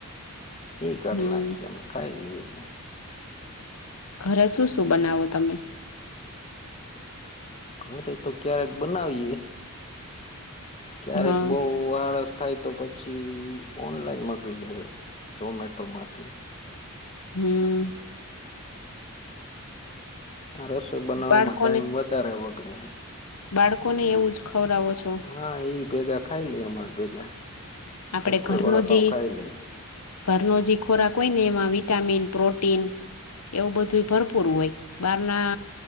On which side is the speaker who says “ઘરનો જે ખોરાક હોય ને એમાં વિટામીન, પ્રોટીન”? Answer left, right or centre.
Left